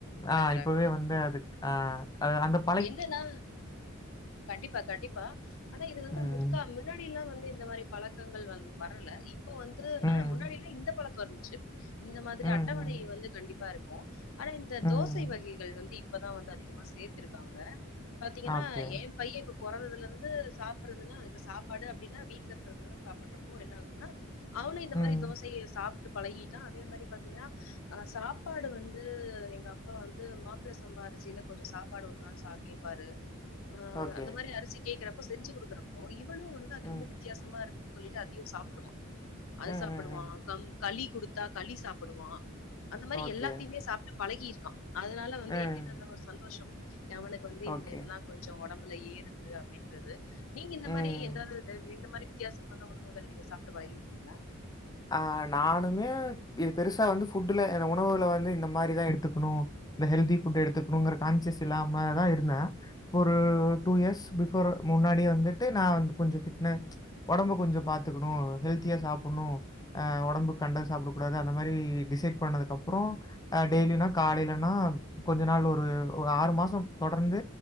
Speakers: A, on the left (about 70°); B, on the left (about 20°).
A: வளர்க்குறாங்க
B: ஆ இப்பவே வந்த அதுக்கு ஆ க் அது அந்தப்
A: என்னன்னா கண்டிப்பா கண்டிப்பா ஆனா இது வந்து
B: ம்.
A: முத்தா மில் முன்னாடி எல்லா வந்து இந்த மாரி பழக்கங்கள் வல் வரல இப்ப வந்து
B: ம்.
A: ஆனா முன்னாடி எல்லா இந்த பழக்கோ இர்ந்ச்சு. இந்த மாதிரி
B: ம்.
A: அட்டவணை
B: ம்.
A: வந்து கண்டிப்பா இருக்கு ஆனா இந்த
B: ம்.
A: தோசை வகைகள் வந்து இப் பதா வந்து அதிகமா சேத்துருக்காங்க பாத்தீங்கன்னா
B: ஓகே.
A: ஏ பைய இப்ப பொறந்ததுல இருந்து சாப்பறதுல்லா இப்ப சாப்பாடு அப்டினா வீட்ல இருக்கற்து <unintelligible> சாப்பட்றப்போ என்ன ஆகுதுன்னா அவனு இந்த
B: ம்.
A: மாரி தோசை சாப்ட்டு பழகிட்டா அதே மாரி பாத்தீங்கனா ஆ சாப்பாடு வந்து எங்க அப்பா வந்து மாப்ள சம்பா அரிசில கொஞ்சோ சா ப்பாடு ஒரு நாள் சா கேப்பாரு அ
B: ஓகே.
A: அந்த மாரி அரிசி கேக்குறப்போ செஞ்சு குடுக்குறப்போ இவனு வந் து அது
B: ம்.
A: என்மோ வித்தியாசமா இருக் சொல்லிட்டு அதையு சாப்புடுவா அத
B: ம்.
A: சாப்புடுவா
B: ம். ம்.
A: கம் களி குடுத்தா களி சாப்புடுவா அந்த மாரி
B: ஓகே.
A: எல்லாத்தைமே சாப்ட்டு பழகிருக்கா. அதனால வந்து
B: ம்.
A: எங்குள்க்கு அதுல ஒரு சந்தோஷோ எவனுக்கு வந்து
B: ஓகே.
A: இந்த இதுல்லா கொஞ்சொ ஒடம்புல ஏறுது அப்டின்றது நீங்க இந்த
B: ம்.
A: மாரி எதாது துவ் இந்த மாரி வித் தியாசமான உணவுகள் நீங்க சாப்ட்டு பழகிருக்கிங்ளா?
B: ஆ நானுமே இது பெருசா வந்து ஃபுட்டுல என உணவுல வந்து இந்த மாரிதா எடுத்துக்குணு இந்த ஹெல்த்தி ஃபுட்டு எடுத்துக்குணுங்கற கான்சியஸ் இல்லாமதா இருந்தே. ஒரு டூ இயர்ஸ் பிஃபோர் முன்னாடியே வந்துட்டு நா வந்து கொஞ்சோ ஃபிட்ன ஒடம்ப கொஞ்சோ பாத்துக்குணு ஹெல்த்தியா சாப்புன்னு. அ ஒடம்புக் கண்டத சாப்படக் கூடாது அந்த மாரி டிசைட் பண்ணதுக்கப்புறோ அ டெய்லியுனா காலைலன்னா கொஞ்ச நாள் ஒரு ஒரு ஆறு மாசோ தொடர்ந்து